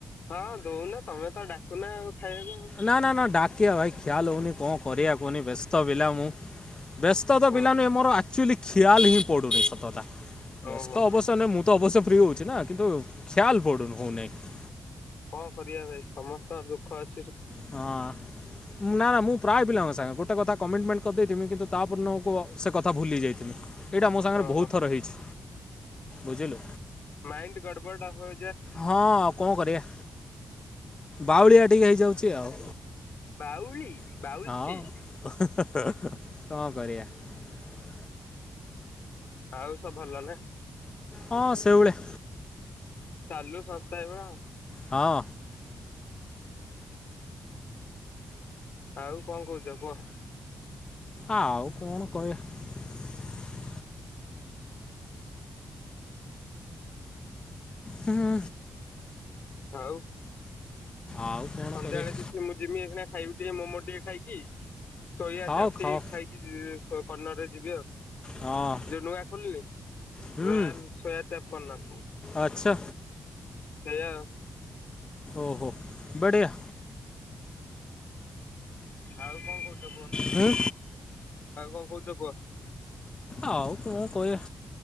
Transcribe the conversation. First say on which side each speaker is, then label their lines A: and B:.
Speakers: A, on the left; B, on the left.
A: ହଁ ଦଉନ ତମେ ତ ଡାକୁନ ଆଉ। ଖାଇବାକୁ ଆଉ
B: ନା ନା ନା ଡାକିଆ ଭାଇ ଖିଆଲ ହେଉନି କଣ କରିବା କୁହନି ବ୍ୟସ୍ତ ପିଲା ମୁଁ। ବ୍ୟସ୍ତ ତ
A: ଓହୋ।
B: ପିଲା ନୁହେଁ ମୋର ଆକ୍ଚୁଲି ଖିଆଲ ହିଁ ପଡ଼ୁନି ସତ କଥା।
A: ଓହୋ
B: ବେସ୍ତ ଅବଶ୍ୟ ନାହିଁ ମୁଁ ତ ଅବଶ୍ୟ ଫ୍ରି ରହୁଛି ନା କିନ୍ତୁ। <unintelligible>
A: କଣ କରିବା ଭାଇ ସମସ୍ତଙ୍କ ଦୁଃଖ ଅଛ
B: ହଁ ନା ନା ମୁଁ ପ୍ରାୟ ପିଲାଙ୍କ ସାଙ୍ଗେ ଗୋଟେ କଥା କମିଟମେଣ୍ଟ କରିଦେଇଥିମି କିନ୍ତୁ ତା ପରଦିନକୁ ସେ କଥା ଭୁଲିଯାଇଥିମି। ଏଇଟା ଆମ ସାଙ୍ଗରେ
A: ଓହୋ।
B: ବହୁତ ଥର ହେଇଛି। ବୁଝିଲୁ?
A: ମାଇଣ୍ଡ ଗଡ଼ବଡ଼ ହୋ
B: ହଁ କଣ କରିବା? ବାଉଳିଆ ଟିକେ ହେଇଯାଉଛି ଆଉ।
A: ବାଉଳି?
B: ହଁ
A: ବାଉଲଚି
B: ହେଁ ହାଁ। ହୁଁ ହୁଁ କଣ କରିବା।
A: ଆଉ ସବ ଭଲ ନା?
B: ହଁ ସେ ଭଳିଆ।
A: ଚାଲୁ ସଂସ୍ଥା ଏଇ ଭଳିଆ ଆଉ।
B: ହଁ।
A: ଆଉ କଣ କହୁଛ କୁହ?
B: ଆଉ କଣ କହିବି। <inaudible> ହୁଁ।
A: ଆଉ।
B: ଆଉ କ'ଣ
A: ସନ୍ଧ୍ୟା
B: କରିବା
A: ବେଳେ କିଛି ମୁଁ ଯିବି ଏକନା ଖାଇବି ଟିକେ ମୋମୋ ଟିକେ ଖାଇକି ସୋୟା
B: ଖାଅ
A: ଚାପ୍
B: ଖାଅ
A: ଟିକେ ଖାଇକି କର୍ଣ୍ଣର ରେ ଯିବି ଆଉ
B: ହଁ
A: ଯୋଉ ନୂଆ ଖୋଲିନି
B: ହୁଁ
A: ରୟାଲ ସୋୟା ଚାପ କର୍ଣ୍ଣର।
B: ଆଚ୍ଛା
A: ସେୟା ଆଉ।
B: ଓହୋ ବଢ଼ିଆ
A: ଆଉ କଣ କହୁଛ କୁହ
B: ହୁଁ
A: ଆଉ କଣ କହୁ ତ କୁହ
B: ଆଉ କଣ କହିବା